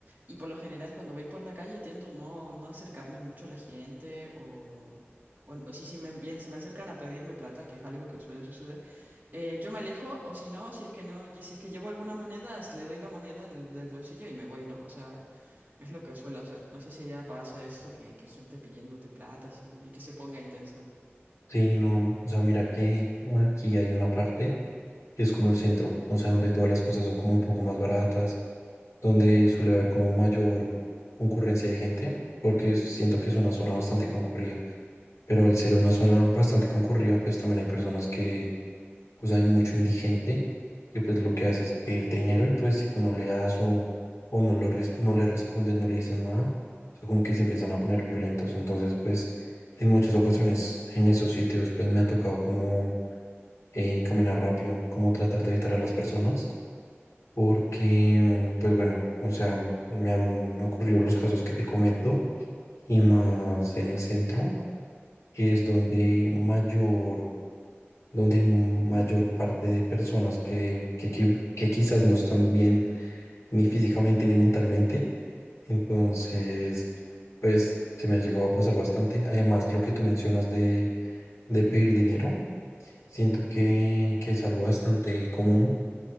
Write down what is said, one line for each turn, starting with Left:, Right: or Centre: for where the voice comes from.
Right: Y por lo general, cuando voy por la calle, tiendo no, no acercarme mucho a la gente o, o, o si, si me, bien, se me acercan a pedirme plata, que es algo que suele suceder, eh, yo me alejo o si no, si es que no, y si es que llevo alguna moneda, s- le doy la moneda en el, del bolsillo y me voy, ¿no? O sea, es lo que suelo hacer. No sé si allá pasa eso, que, que hay gente pidiéndote plata así, y que se ponga intensa.
Left: Sí, no, o sea, mira que aquí hay una parte que es como el centro, o sea, donde todas las cosas son como un poco más baratas, donde suele haber como mayor concurrencia de gente, porque siento que es una zona bastante concurrida, pero al ser una zona bastante concurrida, pues también hay personas que, pues hay mucho indigente, que pues lo que hace es pedirte dinero y pues si tú no le das o, o no, lo res- no le respondes, no le dices nada, o sea, como que se empiezan a poner violentos, entonces pues en muchas ocasiones en esos sitios pues me ha tocado como eh, caminar rápido, como tratar de evitar a las personas porque, pues bueno, o sea, me han me ocurrido los casos que te comento y más en el centro, que es donde mayor, donde hay mayor parte de personas que, que, que, que quizás no están bien ni físicamente ni mentalmente. Entonces, pues se me ha llegado a pasar bastante. Además, lo que tú mencionas de, de pedir dinero, siento que, que es algo bastante común